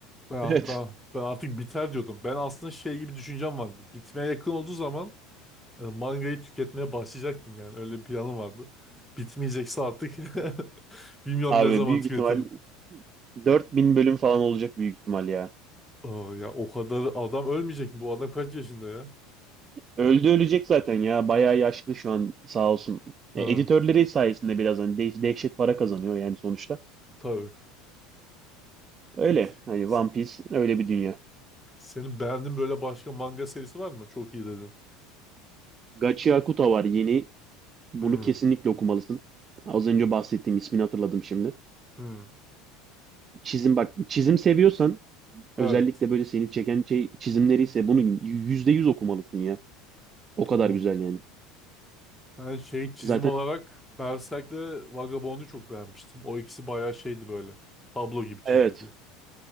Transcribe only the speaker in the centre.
Ben,
ben, ben artık biter diyordum. Ben aslında şey gibi düşüncem vardı. Bitmeye yakın olduğu zaman e, mangayı tüketmeye başlayacaktım yani. Öyle bir planım vardı. Bitmeyecekse artık <laughs> bilmiyorum
ne zaman
tüketirim.
Aa, ya o kadar adam ölmeyecek mi? Bu adam kaç yaşında ya?
Ha,
tabii.
Peki.
se-
Senin beğendiğin böyle başka manga serisi var mı? Çok iyi dedin.
Hmm,
hmm.
Evet.
Hmm.
Ben şey çizim
olarak Berserk'le Vagabond'u çok beğenmiştim. O ikisi bayağı şeydi böyle. Tablo gibi çiziyordu.